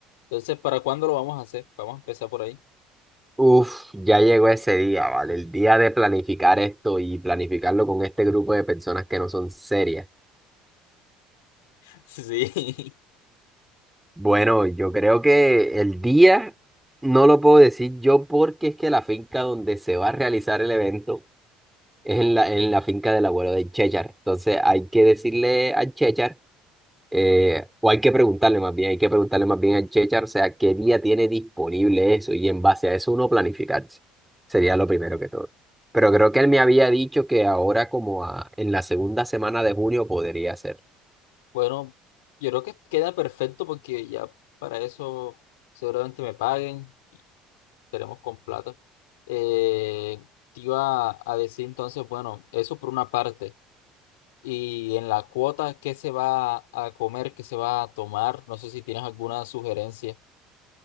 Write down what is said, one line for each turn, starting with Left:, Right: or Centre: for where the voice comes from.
Left: Entonces, ¿para cuándo lo vamos a hacer? Vamos a empezar por ahí.
Centre: Uf, ya llegó ese día, ¿vale? El día de planificar esto y planificarlo con este grupo de personas que no son serias.
Left: <laughs> Sí.
Centre: Bueno, yo creo que el día no lo puedo decir yo porque es que la finca donde se va a realizar el evento es en la, en la finca del abuelo de Chechar. Entonces hay que decirle a Chechar eh, o hay que preguntarle más bien, hay que preguntarle más bien al Chechar, o sea, qué día tiene disponible eso y en base a eso uno planificarse. Sería lo primero que todo. Pero creo que él me había dicho que ahora como a- en la segunda semana de junio podría ser.
Left: Bueno, yo creo que queda perfecto porque ya para eso seguramente me paguen y esperemos con plata. Eh, te iba a decir entonces, bueno, eso por una parte. Y en la cuota, ¿qué se va a comer? ¿Qué se va a tomar? No sé si tienes alguna sugerencia.